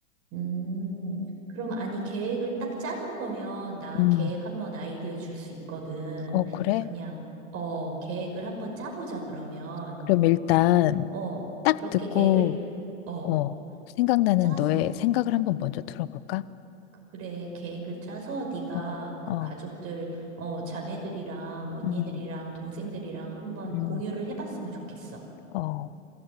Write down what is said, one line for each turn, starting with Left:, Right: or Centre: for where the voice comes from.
Right: 음. 그럼 아니, 계획을 딱 짜는 거면 나
Left: 음,
Right: 계획 한번 아이디어 줄 수 있거든.
Left: 어, 그래?
Right: 그냥, 어, 계획을 한번 짜보자, 그러면.
Left: 그럼 일단
Right: 어,
Left: 딱
Right: 그렇게
Left: 듣고,
Right: 계획을, 어,
Left: 어, 생각나는
Right: 짜서.
Left: 너의 생각을 한번 먼저 들어볼까?
Right: 그래, 계획을 짜서 네가
Left: 어,
Right: 그
Left: 어,
Right: 가족들, 어, 자매들이랑 언니들이랑
Left: 음,
Right: 동생들이랑 한번
Left: 음.
Right: 공유를 해봤으면 좋겠어.
Left: 어.